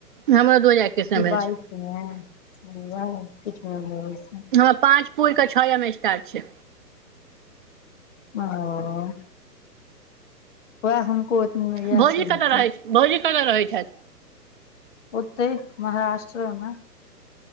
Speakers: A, on the right (about 30°); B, on the left (about 45°).
A: हमरो दू हजार एकैस
B: की
A: मे भेल
B: बाइ
A: छै
B: <unintelligible> किछु नहि भेल छइन।
A: हमारा पाँच पुरके छयम स्टार्ट छै।
B: अओ। वैह हुनको ओतनिये यैह
A: भौजी
B: सब
A: कतऽ
B: हेतैय।
A: रहै छै? भौजी कत्त रहै छैथ?
B: ओतय महाराष्ट्रमे।